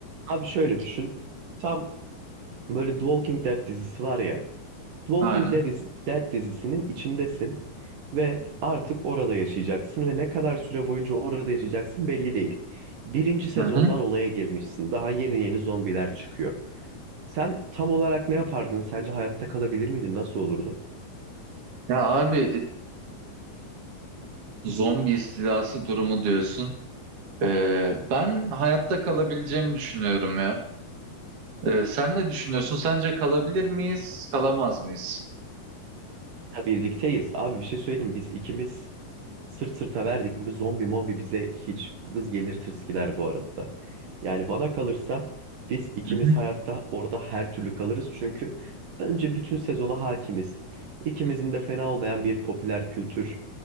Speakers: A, on the right (about 60°); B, on the right (about 45°).
A: Abi şöyle düşün. Tam böyle The Walking Dead dizisi var ya. The Walking
B: Aynen.
A: Dead, is- Dead dizisinin içindesin ve artık orada yaşayacaksın ve ne kadar süre boyunca orada yaşayacaksın belli değil. Birinci sezondan
B: Hı hı.
A: olaya girmişsin. Daha yeni yeni zombiler çıkıyor. Sen tam olarak ne yapardın? Sence hayatta kalabilir miydin? Nasıl olurdu?
B: Ya abi e, zombi istilası durumu diyorsun. E, ben hayatta kalabileceğimi düşünüyorum ya. E, sen ne düşünüyorsun? Sence kalabilir miyiz, kalamaz mıyız?
A: Ha birlikteyiz. Abi bir şey söyleyeyim. Biz ikimiz Sırt sırta verdik mi zombi mombi bize hiç vız gelir tırıs bu arada. Yani bana kalırsa biz ikimiz
B: Hı hı.
A: hayatta orada her türlü kalırız. Çünkü önce bütün sezona hakimiz. İkimizin de fena olmayan bir popüler kültür,